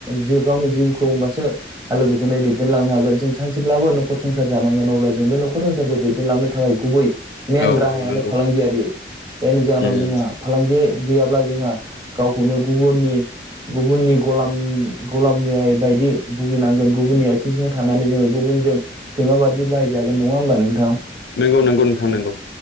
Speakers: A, on the right; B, on the left.
A: जिउ गावनि जिउखौ होमबासो आलो गोजोनै दैदेनलांनो हागोन जों सानसेब्लाबो नखर संसार जानोन अब्ला जों बे न'खर संसारखौ दैदेनलांनो थाखाय गुबै मेन
B: औ
A: राहायानो
B: औ नंगौ
A: फालांगियारि जायनि जाहोनाव
B: नंगौ
A: जोंहा फालांगि गैयाब्ला जोंहा गावखौनो गुबुननि गुबुननि गलाम गलाम बायदि भुगिनांगोन गुबुननि आइथिं सिङाव थानानै जोङो गुबुन जों सैमा बायदि बाहायजागोन नङा होमबा नोंथाङा?
B: नंगौ नंगौ नोंथां
A: ओ
B: नंगौ